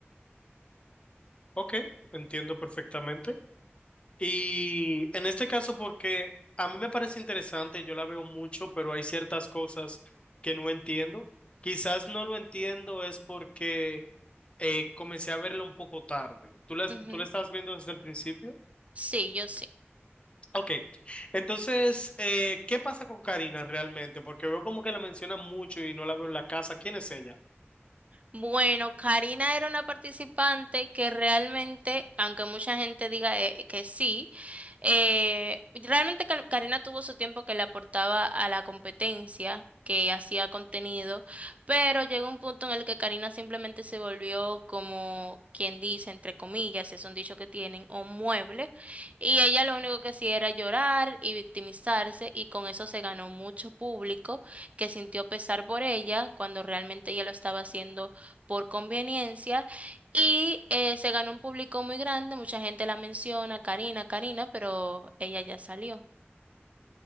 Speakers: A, on the left; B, on the right.
A: Ok, entiendo perfectamente. Y en este caso, porque a mí me parece interesante, yo la veo mucho, pero hay ciertas cosas que no entiendo. Quizás no lo entiendo es porque eh, comencé a verlo un poco tarde. ¿Tú la,
B: Ujú.
A: tú la estabas viendo desde el principio?
B: Sí, yo
A: Ok, entonces, eh, ¿qué pasa con Karina realmente? Porque veo como que la mencionan mucho y no la veo en la casa. ¿Quién es ella?
B: Bueno, Karina era una participante que realmente, aunque mucha gente diga eh, que sí, eh, realmente Ka- Karina tuvo su tiempo que le aportaba a la competencia, que hacía contenido, pero llegó un punto en el que Karina simplemente se volvió como quien dice, entre comillas, es un dicho que tienen, un mueble, y ella lo único que hacía era llorar y victimizarse, y con eso se ganó mucho público que sintió pesar por ella cuando realmente ella lo estaba haciendo por conveniencia y eh, se ganó un público muy grande, mucha gente la menciona, Karina, Karina, pero ella ya salió.